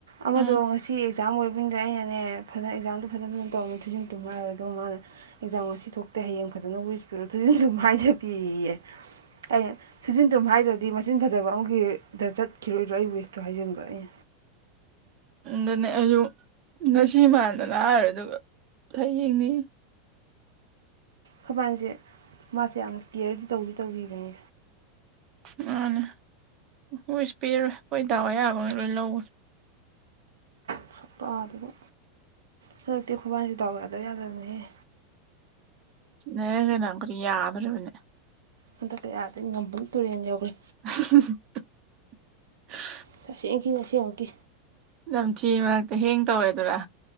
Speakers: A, on the right; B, on the right.
A: ꯑꯃꯗꯣ
B: ꯎꯝ
A: ꯉꯁꯤ ꯑꯦꯛꯖꯥꯝ ꯑꯣꯏꯕꯅꯤꯗ ꯑꯩꯅꯅꯦ ꯐꯖꯅ ꯑꯦꯛꯖꯥꯝꯗꯨꯣ ꯐꯖꯅ ꯐꯖꯅ ꯇꯧꯔꯝ ꯊꯨꯖꯟ ꯊꯨꯝ ꯍꯥꯏꯔꯗ ꯃꯥꯅ ꯑꯦꯛꯖꯥꯝ ꯉꯁꯤ ꯊꯣꯛ ꯍꯌꯦꯡ ꯐꯖꯅ ꯋꯤꯁ ꯄꯤꯔꯣ ꯊꯨꯖꯤꯅ ꯑꯗꯨꯝ ꯃꯥꯏꯗ ꯄꯤꯌꯦ ꯑꯩ ꯁꯤꯖꯤꯟ ꯊꯨꯝ ꯍꯥꯏꯗ꯭ꯔꯗꯤ ꯃꯆꯤꯟ ꯐꯖꯕ ꯑꯃꯒꯤꯗ ꯆꯠꯈꯤꯔꯣꯏꯗ꯭ꯔꯣ ꯑꯩ ꯋꯤꯁꯇꯣ ꯍꯥꯏꯖꯟꯕ꯭ꯔ ꯑꯩ
B: ꯗꯅꯦ ꯑꯩꯁꯨ ꯉꯁꯤ ꯃꯥꯟꯗꯅ ꯍꯥꯏꯔꯦ ꯑꯗꯨꯒ ꯇꯅꯤ
A: ꯀꯕꯥꯏꯅꯁꯦ ꯃꯥꯁꯦ ꯌꯥꯝꯅ ꯀꯦꯌꯔꯗꯤ ꯇꯧꯗꯤ ꯇꯧꯕꯈꯤꯕꯅꯤ
B: ꯃꯥꯅꯦ ꯍꯣꯏꯁ ꯄꯦꯔꯣꯏ ꯑꯩꯈꯣꯏ ꯗꯥꯎ ꯑꯌꯥꯕ ꯉ ꯂꯣꯏ ꯂꯧꯔꯦ
A: ꯎ ꯁꯛꯇ ꯑꯗꯨꯒ ꯍꯟꯗꯛꯇꯤ ꯈꯨꯣꯏꯕꯥꯏꯁꯨ ꯗꯥꯎ ꯌꯥꯗꯕ ꯌꯥꯗꯕꯅꯤꯍ
B: ꯅꯔꯅꯀꯔ ꯌꯥꯗꯔꯅꯦ
A: ꯍꯟꯗꯛꯇꯤ ꯑꯗ ꯅꯝꯕꯨꯜ ꯇꯨꯔꯦꯜ ꯌꯧꯒꯔꯦ
B: <inaudible>
A: ꯇꯁꯦꯡꯀꯤ ꯅꯁꯦꯡꯉꯛꯀꯤ
B: ꯅꯝꯊꯤ ꯃꯔꯛꯇ ꯍꯦꯡ ꯇꯧꯔꯦꯗꯨꯔꯥ